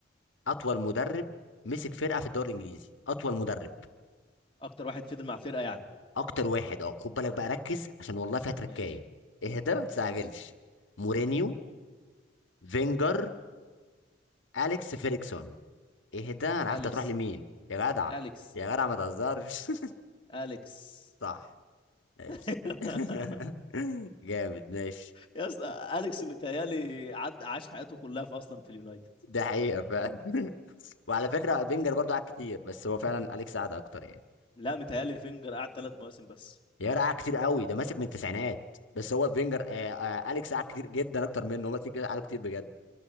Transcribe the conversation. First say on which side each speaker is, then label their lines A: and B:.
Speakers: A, on the left; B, on the left.
A: اطول مدرب مسك فرقه في الدوري الانجليزي اطول مدرب
B: اكتر واحد فضل مع فرقه يعني
A: اكتر واحد اه خد بالك بقى ركز عشان والله فيها تركايه
B: ماشي
A: اهدى ما تستعجلش
B: ماشي
A: مورينيو فينجر اليكس فيريكسون اهدى انا عارف
B: اليكس
A: أنت هتروح لمين يا جدع
B: اليكس
A: يا جدع ما تهزرش
B: اليكس
A: <laughs> صح ماشي
B: <laughs>
A: <laughs> جامد ماشي
B: يا اسطى اليكس متهيالي عد عاش حياته كلها في اصلا في اليونايتد
A: ده حقيقة فعلا <laughs> وعلى فكرة بنجر برضو قعد كتير بس هو فعلا أليكس قعد أكتر يعني
B: لا متهيالي فينجر قعد ثلاث مواسم بس
A: يارا قعد كتير قوي ده ماسك من التسعينات بس هو فينجر آه آه أليكس قعد كتير جدا أكتر منه هما الاتنين كده قعدوا كتير بجد